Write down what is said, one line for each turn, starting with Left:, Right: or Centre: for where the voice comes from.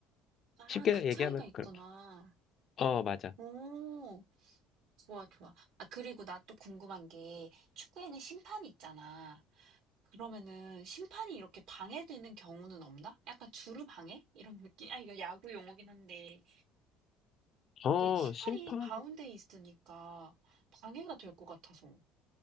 Right: 아,
Left: 쉽게
Right: 그
Left: 얘기하면
Right: 차이가 있구나.
Left: 그렇게. 어, 맞아.
Right: 오. 좋아, 좋아. 아, 그리고 나 또 궁금한 게 축구에는 심판이 있잖아. 그러면은 심판이 이렇게 방해되는 경우는 없나? 약간 주루 방해? 이런 느낌? 아, 이거 야구 용어긴 한데.
Left: 어,
Right: 이게 심판이
Left: 심판?
Right: 가운데 있으니까 방해가 될 것 같아서.